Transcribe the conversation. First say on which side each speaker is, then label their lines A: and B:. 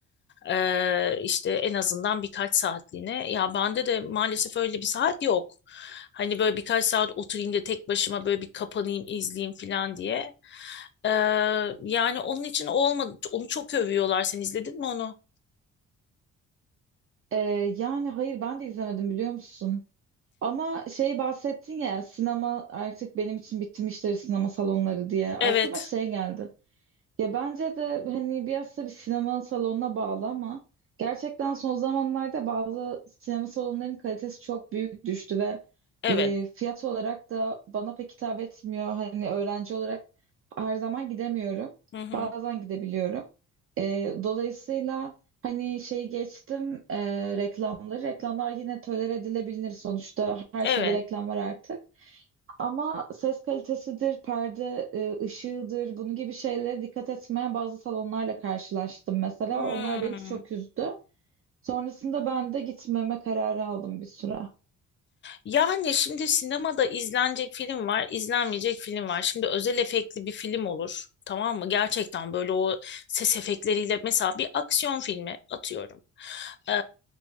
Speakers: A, on the left (about 40°); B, on the right (about 45°).
A: Ee, işte en azından birkaç saatliğine. Ya bende de maalesef öyle bir saat yok. Hani böyle birkaç saat oturayım da tek başıma böyle bir kapanayım izleyeyim falan diye. Ee, yani onun için olmadı. Onu çok övüyorlar. Sen izledin mi onu?
B: Ee, yani hayır ben de izlemedim biliyor musun? Ama şey bahsettin ya sinema artık benim için bitmiştir sinema salonları diye. Aklıma
A: Evet.
B: şey geldi. Ya bence de hani biraz da bir sinema salonuna bağlı ama gerçekten son zamanlarda bazı sinema salonlarının kalitesi çok büyük düştü ve
A: Evet.
B: e, fiyat olarak da bana pek hitap etmiyor. Hani öğrenci olarak her zaman gidemiyorum.
A: Hı hı.
B: Bazen gidebiliyorum. E, dolayısıyla hani şeyi geçtim e, reklamları. Reklamlar yine tolere edilebilir sonuçta. Her
A: Evet.
B: şeyde reklam var artık. Ama ses kalitesidir, perde e, ışığıdır, bunun gibi şeylere dikkat etmeyen bazı salonlarla karşılaştım mesela.
A: Hmm.
B: Onlar beni çok üzdü. Sonrasında ben de gitmeme kararı aldım bir süre.
A: Yani şimdi sinemada izlenecek film var, izlenmeyecek film var. Şimdi özel efektli bir film olur. Tamam mı? Gerçekten böyle o ses efektleriyle mesela bir aksiyon filmi atıyorum. Ee,